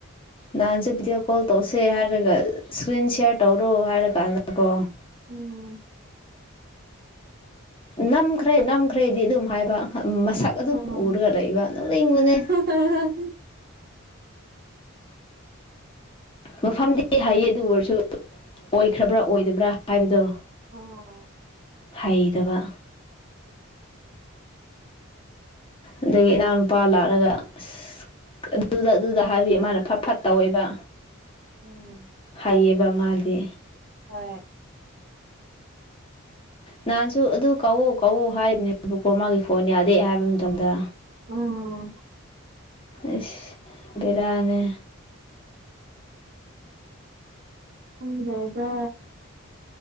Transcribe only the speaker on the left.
ꯅꯍꯥꯟꯁꯨ ꯚꯤꯗꯤꯑꯣ ꯀꯣꯜ ꯇꯧꯁꯦ ꯍꯥꯏꯔꯒ ꯏꯁꯀ꯭ꯔꯤꯟ ꯁꯤꯌꯥꯔ ꯇꯧꯔꯣ ꯍꯥꯏꯔ ꯀꯥꯟꯗ ꯀꯣ
ꯅꯝꯈ꯭ꯔꯦ ꯅꯝ ꯈꯔꯩꯗꯤ ꯑꯗꯨꯝ ꯍꯥꯏꯕ ꯃꯁꯛ ꯑꯗꯨꯝ
ꯎꯔꯒ ꯂꯩꯕ ꯅꯣꯛꯅꯤꯡꯕꯅꯦ
ꯃꯐꯝꯗꯤ ꯍꯥꯏꯌꯦ ꯑꯗꯨ ꯑꯣꯏꯔꯁꯨ ꯑꯣꯏꯈ꯭ꯔꯕ꯭ꯔꯥ ꯑꯣꯏꯗꯕ꯭ꯔꯥ ꯍꯥꯏꯕꯗꯣ
ꯍꯩꯇꯕ
ꯑꯗꯒꯤ ꯏꯅꯥꯎꯅꯨꯄꯥ ꯂꯥꯛꯂꯒ ꯑꯁ ꯑꯗꯨꯗ ꯑꯗꯨꯗ ꯍꯥꯏꯕꯤ ꯃꯥꯅ ꯐꯠ ꯐꯠ ꯇꯧꯋꯦꯕ
ꯂꯩꯑꯕ ꯃꯥꯗꯤ
ꯅꯍꯥꯟꯁꯨ ꯑꯗꯨ ꯀꯥꯎꯑꯣ ꯀꯥꯛꯎ ꯍꯥꯏꯕꯅꯦꯕꯀꯣ ꯃꯥꯒꯤ ꯐꯣꯟ ꯌꯥꯗꯦ ꯍꯥꯏꯕ ꯃꯇꯝꯗ
ꯑꯁ ꯕꯦꯔꯅꯦ